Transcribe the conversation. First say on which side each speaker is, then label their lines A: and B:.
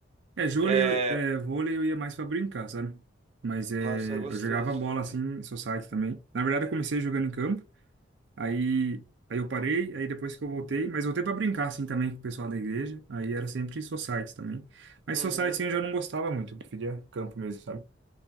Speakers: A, on the right (about 75°); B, on the right (about 35°).
A: É, vôlei,
B: É,
A: eu- é, vôlei eu ia mais pra brincar, sabe? Mas é,
B: nossa, é gostoso.
A: eu jogava bola assim, society também. Na verdade, eu comecei jogando em campo. Aí, aí eu parei, aí depois que eu voltei, mas voltei para brincar assim também com o pessoal da igreja. Aí era sempre society também. Mas
B: Uhum,
A: society assim, eu já não gostava muito, eu preferia campo mesmo, sabe?